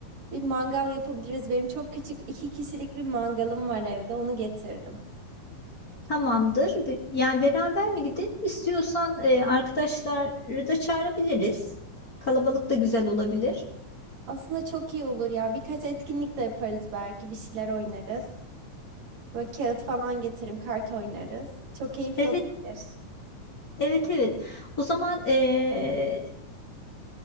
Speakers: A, on the right; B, on the left.
A: bir mangal yapabiliriz. Benim çok küçük iki kişilik bir mangalım var evde. Onu getiririm.
B: Tamamdır. Bi- Yani beraber mi gidelim? İstiyorsan e, arkadaşları da çağırabiliriz. Kalabalık da güzel olabilir.
A: Aslında çok iyi olur ya. Birkaç etkinlik de yaparız belki. Bir şeyler oynarız. Böyle kağıt falan getiririm. Kart oynarız. Çok keyifli
B: Evet,
A: olabilir.
B: evet, evet. O zaman e,